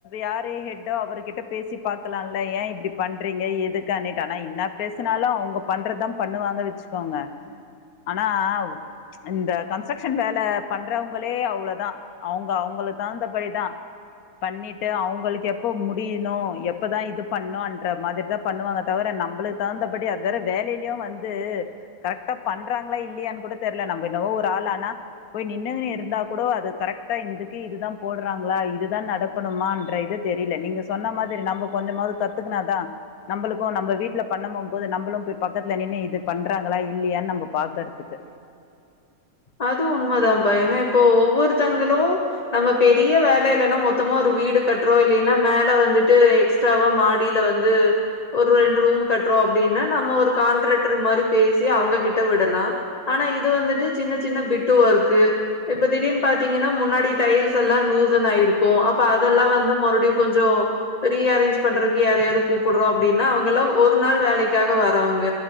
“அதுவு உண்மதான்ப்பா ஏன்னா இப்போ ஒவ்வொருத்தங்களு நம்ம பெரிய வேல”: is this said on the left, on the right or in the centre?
Left